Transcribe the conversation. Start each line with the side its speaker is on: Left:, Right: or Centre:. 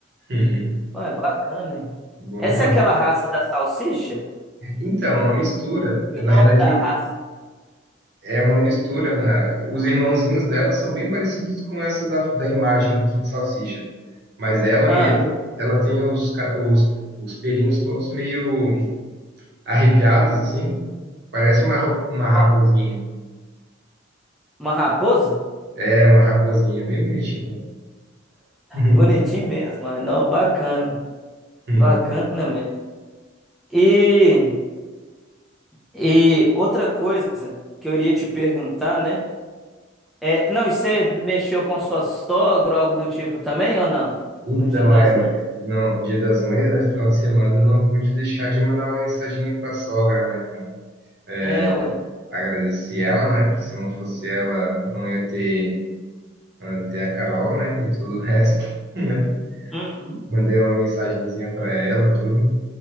Right: Uhum.
Centre: ué, bacana, hein?
Right: Bom
Centre: Essa
Right: demais.
Centre: é aquela raça da salsicha?
Right: Então, é uma mistura.
Centre: o
Right: Na
Centre: nome
Right: realidade,
Centre: da raça.
Right: é uma mistura. na- Os irmãozinhos dela são bem parecidos com essa da, da imagem aqui de salsicha. Mas ela
Centre: Ah,
Right: mesma, ela tem os, ca- os, os pelinhos todos meio arrepiados, assim. Parece uma, ro- uma
Centre: ó,
Right: raposinha.
Centre: uma raposa?
Right: É, uma raposinha, bem bonitinha. Uhum.
Centre: Bonitinho mesmo, mano. Não, bacana.
Right: Uhum.
Centre: Bacana mesmo. E, e outra coisa que eu iria te perguntar, né? É, não, e você mexeu com sua sogra ou algo do tipo também ou não?
Right: Então,
Centre: No Dia das
Right: é,
Centre: Mães?
Right: não, Dia das Mães, é final de semana, eu não pude deixar de mandar uma mensaginha pra sogra, né, cara? É,
Centre: É, ué.
Right: Agradeci ela, né? Porque se não fosse ela, não ia ter, não ia ter a Carol, né? E todo o resto, <laughs> né?
Centre: Uhum.
Right: Mandei uma mensagenzinha pra ela, tudo.